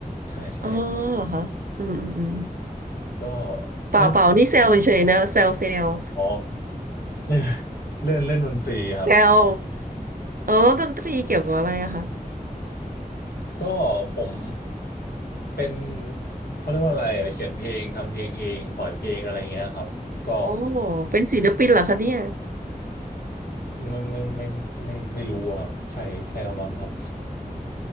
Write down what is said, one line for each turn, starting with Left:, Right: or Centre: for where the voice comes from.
Left: ใช่ใช่
Right: อ๋อเหรอคะอืมอืมอืม
Left: ก็
Right: เปล่าเปล่านี่เซลเฉยๆนะเซลเซล
Left: เล่น
Right: <laughs>
Left: อ๋อเล่นเล่นเล่นดนตรีครับ
Right: แซวเออแล้วดนตรีเกี่ยวกับอะไรอะคะ
Left: ก็ผมเป็นเขาเรียกว่าอะไรอะเขียนเพลงทำเพลงเองปล่อยเพลงอะไรเงี้ยครับก็
Right: โอ้เป็นศิลปินเหรอคะเนี่ย
Left: ไม่ไม่ไม่ไม่ไม่ไม่รู้อะครับใช่ใช่ละมั้งครับ